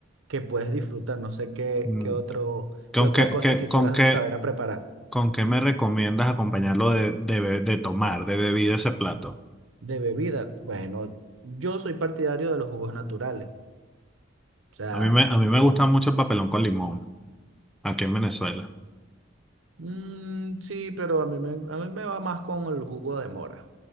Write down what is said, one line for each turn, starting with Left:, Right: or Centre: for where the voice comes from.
Right: que puedes disfrutar. No sé qué,
Centre: Mm,
Right: qué otro,
Centre: ¿Con
Right: qué otra
Centre: qué,
Right: cosa
Centre: qué-
Right: quisieras
Centre: con qué,
Right: saber a preparar.
Centre: ¿Con qué me recomiendas acompañarlo de, de, be- de tomar, de bebida ese plato?
Right: De bebida, bueno, yo soy partidario de los jugos naturales. O sea,
Centre: A mí me, a mí me gusta mucho el papelón con limón, aquí en Venezuela.
Right: mm, sí, pero a mí me, a mí me va más con el jugo de mora.